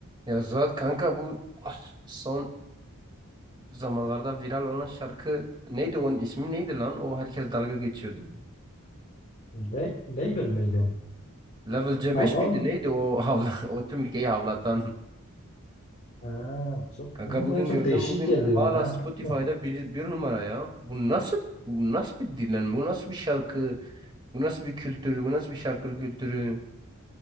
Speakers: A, on the right; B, on the left.
A: Ya Zuhat kanka bu ah, son zamanlarda viral olan şarkı neydi onun ismi neydi lan? O herkes dalga geçiyordu.
B: Le label miydi?
A: Level C5
B: Tamam.
A: miydi neydi o havla <laughs> o tüm ülkeyi havlatan.
B: Ha, çok
A: Kanka
B: bilmiyorum,
A: bugün gördüm
B: çok değişik
A: bugün
B: geldi
A: hala
B: bana ya.
A: Spotify'da
B: <laughs>
A: bir, bir numara ya. Bu nasıl bu nasıl bir dinlenme? Bu nasıl bir şarkı? Bu nasıl bir kültür? Bu nasıl bir şarkı kültürü?